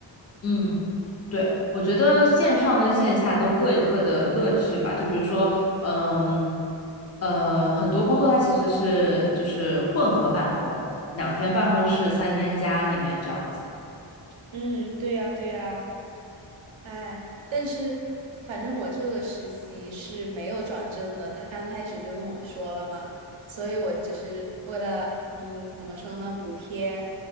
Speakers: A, on the left; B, on the right.
A: 嗯，对，我觉得线上跟线下都各有各的乐趣吧。就比如说，嗯，呃，很多工作它其实是就是混合办公，两天办公室，三天家里面这样子。
B: 嗯，对呀，对呀，哎，但是反正我这个实习是没有转正的，他刚开始就跟我说了嘛，所以我只是为了嗯，怎么说呢，补贴